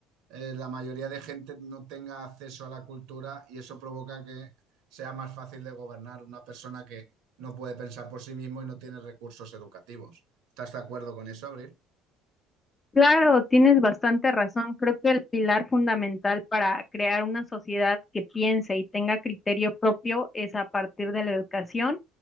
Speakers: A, on the right; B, on the left.
A: eh, la mayoría de gente no tenga acceso a la cultura y eso provoca que sea más fácil de gobernar una persona que no puede pensar por sí mismo y no tiene recursos educativos. ¿Estás de acuerdo con eso, Abril?
B: Claro, tienes bastante razón. Creo que el pilar fundamental para crear una sociedad que piense y tenga criterio propio es a partir de la educación